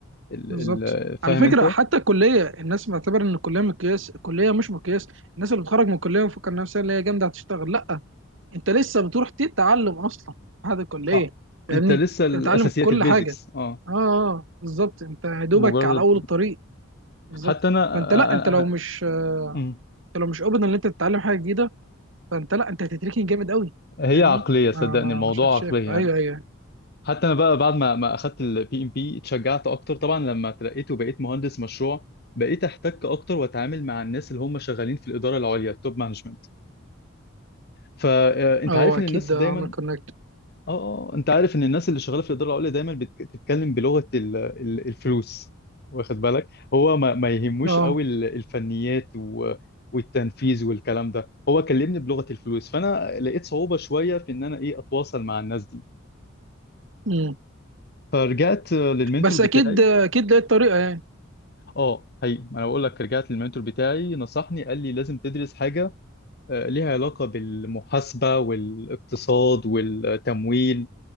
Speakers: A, on the left (about 50°); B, on the right (about 65°).
A: ال-
B: بالظبط
A: ال- فاهم
B: على فكره
A: انت
B: حتى الكليه الناس معتبر ان الكليه مقياس الكليه مش مقياس الناس اللي بتخرج من الكليه ومفكر نفسها اللي هي جامده هتشتغل لا انت لسه بتروح تتعلم اصلا بعد الكليه
A: صح
B: فاهمني
A: انت لسه
B: انت
A: الاساسيات
B: بتتعلم كل
A: البيزكس
B: حاجه
A: اه
B: اه اه بالظبط انت يا دوبك
A: مجرد
B: على اول الطريق بالظبط
A: حتى انا
B: فانت لا انت
A: انا,
B: لو
A: أنا...
B: مش آه،
A: أمم.
B: انت لو مش اوبن ان انت تتعلم حاجه جديده فانت لا انت هتتركن جامد قوي
A: هي
B: فاهمني
A: عقليه صدقني
B: ما ما
A: الموضوع
B: مش هتشاف
A: عقليه يعني
B: ايوه ايوه
A: حتى انا بقى بعد ما ما اخدت البي ام بي اتشجعت اكتر طبعا لما اترقيت وبقيت مهندس مشروع بقيت احتك اكتر واتعامل مع الناس اللي هم شغالين في الاداره العليا التوب مانجمنت فانت
B: اه هو
A: عارف ان
B: اكيد
A: الناس
B: ده
A: دايما
B: عمل كونكت
A: اه اه آه. انت عارف ان الناس اللي شغاله في الاداره العليا دايما بتك- بتتكلم بلغه ال- ال- الفلوس واخد بالك هو ما, ما يهموش
B: اه
A: قوي ال- الفنيات و- والتنفيذ والكلام ده هو كلمني بلغه الفلوس فانا لقيت صعوبه شويه في ان انا ايه اتواصل مع الناس دي
B: مم.
A: فرجعت للمنتور
B: بس
A: بتاعي
B: اكيد اكيد لقيت طريقه
A: اه هي ما انا بقول لك رجعت للمنتور بتاعي نصحني قال لي لازم تدرس حاجه آه، ليها علاقه بالمحاسبه والاقتصاد والتمويل